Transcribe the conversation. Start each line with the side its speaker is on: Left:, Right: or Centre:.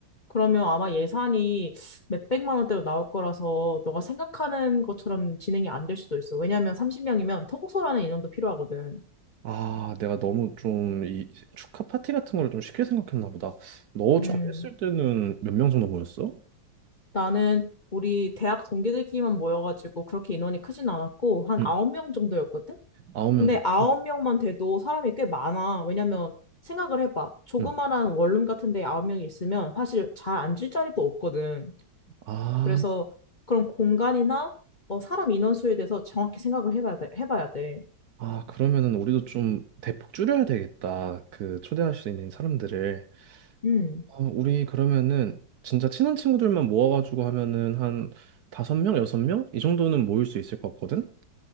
Left: 그러면 아마 예산이 몇백만 원대로 나올 거라서, 너가 생각하는 것처럼 진행이 안 될 수도 있어. 왜냐면 30명이면 통솔하는 인원도 필요하거든.
Right: 아, 내가 너무 좀 이 축하 파티 같은 걸 좀 쉽게 생각했나 보다. 너
Left: 음,
Right: 전에 했을 때는 몇 명 정도 모였어?
Left: 나는 우리 대학 동기들끼리만 모여가지고 그렇게 인원이 크진 않았고, 한
Right: 응,
Left: 9명 정도였거든?
Right: 아홉
Left: 근데
Right: 명 정도?
Left: 9명만 돼도 사람이 꽤 많아. 왜냐면 생각을 해봐. 조그만한
Right: 응.
Left: 원룸 같은 데 9명이 있으면 사실 잘 앉을 자리도 없거든.
Right: 아,
Left: 그래서 그런 공간이나 어, 사람 인원수에 대해서 정확히 생각을 해봐야 돼. 해봐야 돼.
Right: 아, 그러면은 우리도 좀 대폭 줄여야 되겠다. 그 초대할 수 있는 사람들을.
Left: 음,
Right: 어, 우리 그러면은 진짜 친한 친구들만 모아가지고 하면은 한 다섯 명, 여섯 명? 이 정도는 모일 수 있을 것 같거든?